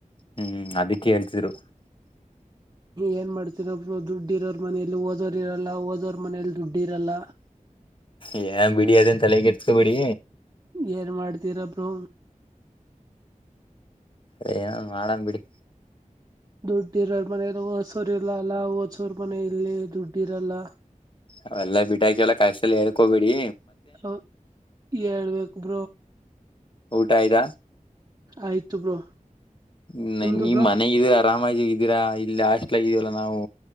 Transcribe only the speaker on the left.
ಹ್ಮ್ ಅದಿಕ್ಕೆ ಹೇಳ್ತಿರದು
ಏ ಬಿಡಿ ಅದನ್ ತಲೆ ಕೆ ಎಸ್ಕೊ ಬಿಡಿ
ಅೇಏ ಮಾಡಾಮ ಬಿಡಿ
ಅವೆಲ್ಲ ಬಿಟಾಕ ಎಲ್ಲ ಕಾಯಲ್ಲ ಹೇಳ್ಕೊಬೇಡಿ
ಊಟ ಆಯ್ತಾ
್ಮ
ನೀ್
ಮನೆ ಇದರ <inaudible> ರಾಮಾಜಿ ಇದ್ದೀರಾ ಇಲ್ಲಿ ಹಾಸ್ಟ್ಲ್ ಆಗಿದೀವಲ್ಲ ನಾವು